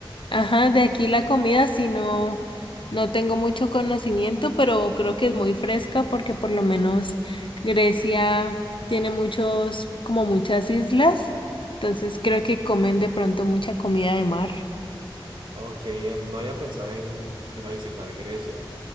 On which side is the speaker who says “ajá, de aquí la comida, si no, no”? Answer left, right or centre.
Left